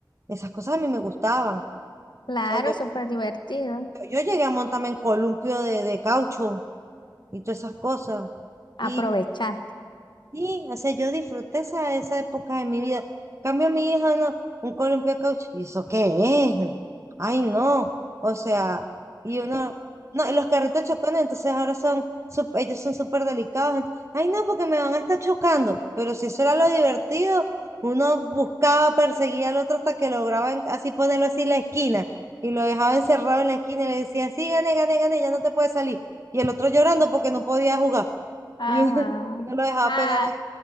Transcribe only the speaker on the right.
Esas cosas a mí me gustaban. O
sea, yo, yo
yo llegué a montarme en columpio de, de caucho y todas esas cosas.
Y Sí, o sea, yo disfruté esa, esa época de mi vida. En Cambio a mi hija, no, un columpio de caucho. ¿Y eso qué es? Ay, no. O sea, y uno, no, y los carritos chocones, entonces ahora son, sup- ellos son súper delicados. ent- Ay, no, porque me van a estar chocando. Pero si eso era lo divertido, uno buscaba, perseguía al otro hasta que lograba en- así ponerlo así en la esquina. Y lo dejaba encerrado en la esquina y le decía, sí, gane, gane, gane, ya no te puedes salir. Y el otro llorando porque no podía jugar.
<laughs> Y yo- no lo dejaba
pegado